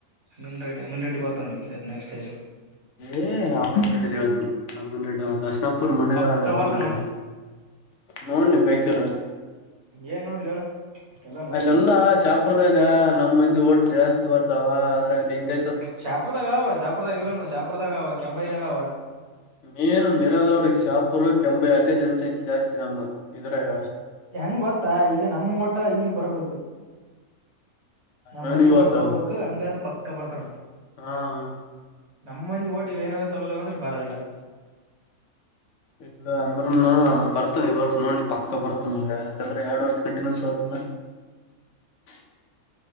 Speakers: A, on the right (about 50°); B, on the left (about 60°).
A: ಮೀನ್ ರೆಡಿ ಮೀನ್ ರಡ್ಡಿ ಬರ್ತವಿ ಸರಿ ನೆಕ್ಸ್ಟ್ ಯಾರ್
B: ಏ ಅಮೀನ್ ರೆಡ್ ತಿಳತನಿ ಅಮನ್ ರೆಡ್ಡ ಅವ ದರ್ಶಣಾಪುರ್ ಮಂಡಗಾರ
A: ಪಕ್ಕ
B: ಅವ.
A: ಬರ್ತಾನ ನೋಡು
B: ನೋಡ್ನ ನೀ ಬೇಕರ.
A: ಏನ್ ನೋಡ್ಲಿ ಹೇಳು ಎಲ್ಲಾ ನೋಡಿನಿ
B: ಅಲ್ಲೆಲ್ಲಾ ಶಾಪ್ರದಾಗ ನಮ್ಮ ಮಂದಿ ಓಟ ಜಾಸ್ತಿ ಬರ್ತಾವ ಅದ್ರಾಗ ಲಿಂಗ್
A: ಶಾಪುರ್ದಾಗ ಅವ ಶಾಪರದಾಗ ಇಲ್ಲ ಶಾಪುರ್ದಾಗ ಅವ ಕೆಂಬಾಯ್ದಾಗ ಅವ.
B: ಮೀನ ಮಿರದವ್ರಿಗೆ ಶಾಪುರ್ ಕೆಂಬೆ ಅಲ್ಲೇ ಜನಸಂಖ್ಯೆ ಜಾಸ್ತಿ ನಮ್ಮ ಇದ್ರರಾಗ
A: ಹೆಂಗ್ ಗೊತ್ತಾ ಈಗ ನಮ್ ಊಟ ಇವ್ನಿಗೆ ಬರ್ಬೇಕ. ನಮ
B: ಅವನಿಗೆ
A: ಮಂದಿ
B: ಇವತ್ತ
A: ಓಟ ಬರ್ಬೇಕು ಹಂಗಾದ್ರೆ ಪಕ್ಕ ಬರ್ತಾ ನೋಡ.
B: ಹಾ
A: ನಮ್ಮ ಮಂದಿ ಓಟಿಗೆ ಏನ್ರ ತೊಗೊಲಕ್ಕ ಅಂದ್ರೆ ಬರದಿಲ್ಲ.
B: ಇ ಅಂದ್ರ ಬರ್ತ ಈ ವರ್ಷ ನೋಡ್ ಪಕ್ಕ ಬರ್ತನ ಯಾಕಂದ್ರೆ ಎರಡ್ ವರ್ಷ ಕಂಟಿನ್ಯೂಸ್ಗತನ. <inaudible>